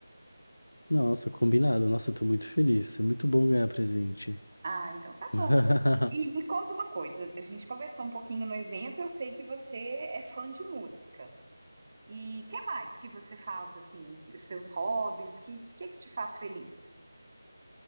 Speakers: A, on the left (about 75°); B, on the right (about 30°).
A: nossa, combinado. Nossa, eu tô muito feliz. É muito bom ganhar presente.
B: Ah, então tá
A: <laughs>
B: bom. E me conta uma coisa, a gente conversou um pouquinho no evento, eu sei que você é fã de música. E que mais que você faz assim, que- os seus hobbies, que que que te faz feliz?